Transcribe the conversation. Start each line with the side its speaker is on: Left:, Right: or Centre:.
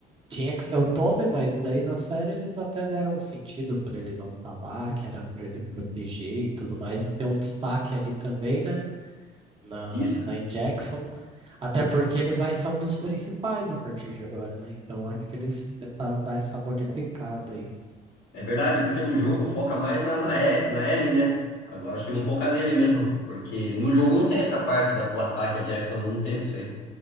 Right: Tinha que ser o Tommy, mas daí na série eles até deram um sentido pra ele não estar lá, que era pra ele proteger e tudo mais, e ter um destaque ali também, né? Na,
Left: isso.
Right: lá em Jackson. Até porque ele vai ser um dos principais a partir de agora, né? Então acho que eles tentaram dar essa modificada aí.
Left: É verdade, porque no jogo foca mais na, na, E- na Ellie, né? Agora acho que vão focar nele mesmo, porque no jogo não tem essa parte da- do ataque, a Jackson não teve isso aí.